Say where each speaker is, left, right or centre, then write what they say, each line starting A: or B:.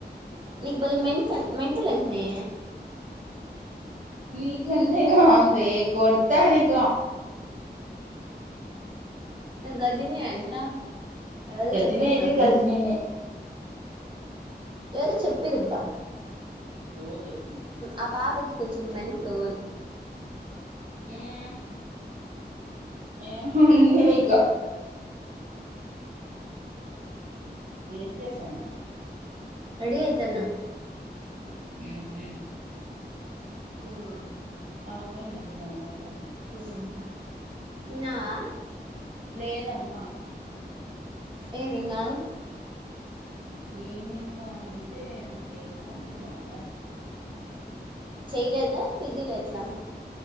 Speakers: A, on the right; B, on the right.
A: నీకు భలే మెంటల్ అంటనే
B: నీ కంటే కాదు లేవే కొడుతా నీకా
A: నేను గజినీ అంట ఎవరో
B: గజిని
A: చెప్పరు
B: అయితే
A: నాకు
B: గజినీనే
A: ఎవరో చెప్పిన్ రబ్బా
B: ఏదో చెప్పింది
A: ఆ పాపకి కొంచెం మెంట్లు
B: మ్మ్ ఏముంది ఏ ఇకా ఏం చేస్తన్నావ్
A: రెడి అయితన్నా
B: మ్మ్ హ్హ్
A: మ్మ్
B: అవ్వు నువ్వు రెడీ
A: మ్మ్ తిన్నావా
B: లేదమ్మా
A: ఏమింగా
B: ఏమింగా అంటే నాకు ఏమో తినాలని లేదు
A: చెయలేదా పిజీలు ఎట్లా